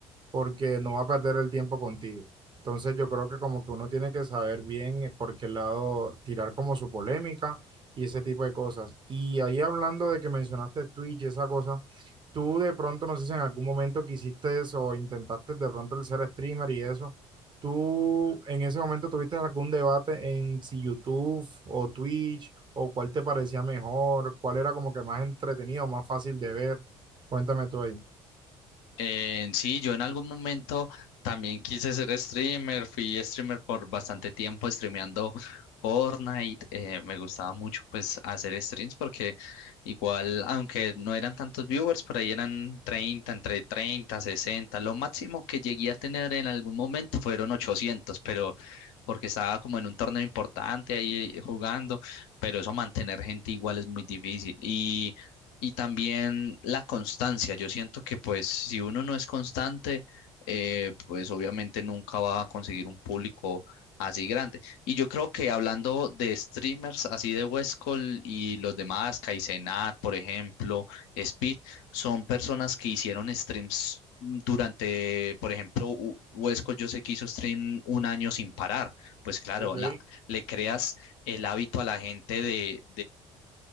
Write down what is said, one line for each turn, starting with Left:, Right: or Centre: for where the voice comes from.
Right: porque no va a perder el tiempo contigo. Entonces yo creo que como que uno tiene que saber bien eh, por qué lado tirar como su polémica y ese tipo de cosas. Y ahí hablando de que mencionaste Twitch y esa cosa, tú de pronto, no sé si en algún momento quisiste eso o intentaste de pronto el ser streamer y eso, ¿tú en ese momento tuviste algún debate en si YouTube o Twitch o cuál te parecía mejor, cuál era como que más entretenido, más fácil de ver? Cuéntame tú ahí.
Left: Eh, sí, yo en algún momento también quise ser streamer, fui streamer por bastante tiempo streameando Fortnite, eh, me gustaba mucho pues hacer streams porque igual, aunque no eran tantos viewers, por ahí eran 30, entre 30, 60, lo máximo que llegué a tener en algún momento fueron 800, pero porque estaba como en un torneo importante ahí eh, jugando, pero eso mantener gente igual es muy difícil. Y y también la constancia. Yo siento que pues si uno no es constante, eh, pues obviamente nunca va a conseguir un público así grande. Y yo creo que hablando de streamers así de Westcol y los demás, Kaizenat, por ejemplo, Speed, son personas que hicieron streams durante, por ejemplo, U- Westcol yo sé que hizo stream un año sin parar. Pues claro,
Right: Ok,
Left: la, le creas el hábito a la gente de,